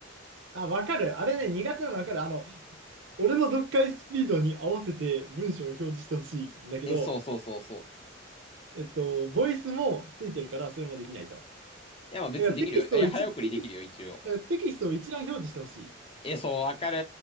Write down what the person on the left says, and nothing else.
え、そうそうそうそう。
いや、まあ別にできるよ。
いや、早送りできるよ、
一応。
え、そう、わかる